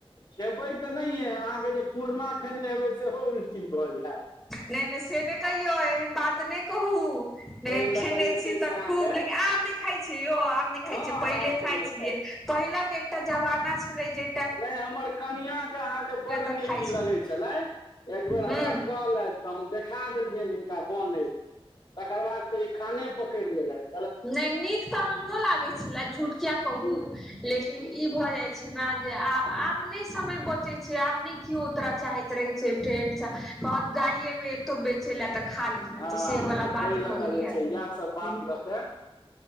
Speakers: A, on the left; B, in the centre.
A: खेपै तऽ, नहिये अहाँ के जे पुरना खेने हेबे सेहो उल्टी भए जायत
B: नैय -नैय से ने कहियौ एहन बात नै कहू
A: ताहि
B: खेने
A: लऽ कऽ जे
B: छी
A: छै
B: तऽ,
A: से अहाँके
B: खूब लेकिन आब नइ खाइ छी, यौ आम नइ
A: हँ
B: खाइ छी, पहिले
A: आब
B: खाइ
A: तऽ नहि
B: छियै, पहिलके एकटा जमाना छलै, जै
A: नैय हमर कनिआँके अहाँके बड्ड
B: तऽ
A: नीक
B: खाइ छलै
A: लगैत छलैन। एक बेर हमरा
B: हूँ
A: कलहलेथ तहन देखा देलियनि हिनका बनइत तकर बाद से ई खाने पकइड़ लेलथ
B: नय नीक तऽ, हमरो लागे छले झूठकिया कहू
A: हम ह्म
B: लेकिन ई
A: ह्म
B: भए जाइ जे आब -आब नै समय बचे आब नै कियो उतरो चाहैत रहे छै, ट्रेन स कहत गाड़ीे मे एतोच बेच च तऽ, खा लीहे
A: हँ
B: तऽ से बला
A: तऽ
B: बात
A: ताहि लऽ
B: भऽ
A: कऽ
B: गेल
A: जे छै
B: तऽ,
A: इएहसभ बात लऽ कऽ